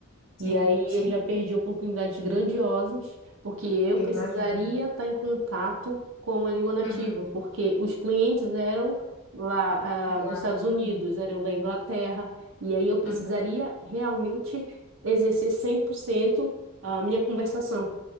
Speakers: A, on the left (about 70°); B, on the right (about 70°).
A: sim,
B: E aí
A: sim,
B: eu já perdi oportunidades grandiosas, porque eu
A: eu
B: precisaria
A: imagino.
B: estar em contato com a língua nativa,
A: Uhum.
B: porque os clientes eram lá,
A: De
B: ah,
A: lá.
B: dos Estados Unidos,
A: Uhum.
B: eram da Inglaterra, e aí eu precisaria
A: Uhum.
B: realmente exercer 100% a minha conversação.